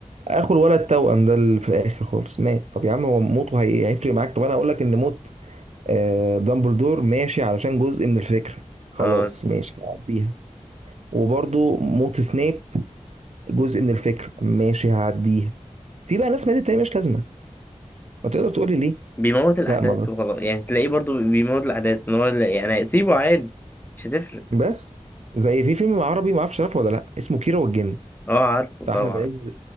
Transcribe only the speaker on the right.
اخو الولد التوأم ده اللي في الاخر خالص مات طب يا عم هو موته هي- هيفرق معاك طب انا اقول لك ان موت آه، دامبلدور ماشي علشان جزء من الفكرة خلاص
ماشي هعديها وبرضو موت سنيب جزء من الفكرة ماشي هعديها في بقى ناس ماتت تاني مش لازمة ما تقدر تقول لي ليه
لا ما بس
بس زي في فيلم عربي ما اعرفش عارفه ولا لا اسمه كيرة والجن
بتاع
احمد عز